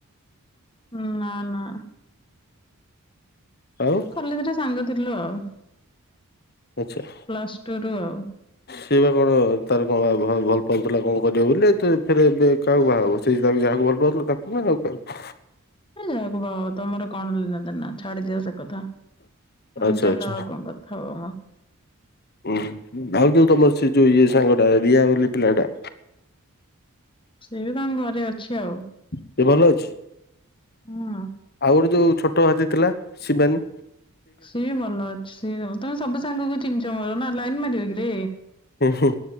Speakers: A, on the left (about 20°); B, on the left (about 45°).
A: ହଁ ନା ନା।
B: ଆଉ।
A: କଲେଜ ରେ ସାଙ୍ଗ ଥିଲୁ ଆଉ
B: ଆଚ୍ଛା।
A: ପ୍ଲସ ଟୁ ରୁ ଆଉ।
B: ସେଏ ବା କଣ ତାର କଣ ଭଲ ପାଉଥିଲା କଣ କରିବ ବୋଲି ଫେରେ ଏବେ କାହାକୁ ବାହା ହେବ ସେ ତାକୁ ଯାହାକୁ ଭଲ ପାଉଥିଲା ତାକୁ ହଉ <unintelligible>
A: ଯାହାକୁ ବାଉ ତମର କଣ ଲେନା ଦେନା ଛାଡ଼ି ଦିଅ ସେ କଥା ହ
B: ଆଚ୍ଛା
A: ଚାଲ
B: ଆଚ୍ଛା
A: ଆଉ କଣ କଥା। ଥାଉ।
B: ହୁଁ ଆଉ ଯୋଉ ତମର ସେ ଯୋଉ ଇଏ ସାଙ୍ଗଟା ରିଆ ବୋଲି ପିଲା ଟା
A: ସେ ବି ତାଙ୍କ ଘରେ ଅଛି ଆଉ।
B: ସେ ଭଲ ଅଛି?
A: ହୁଁ
B: ଆଉ ଗୋଟେ ଯୋଉଁ ଛୋଟ ହାତୀ ଥିଲା ଶିବାନୀ।
A: ସିଏ ବି ଭଲ ଅଛି ସିଏ ତମେ ସବୁ ସାଙ୍ଗକୁ ଚିହ୍ନିଛ ମୋର ନା ଲାଇନ ମାରିବ କିରେ।
B: ହୁଁ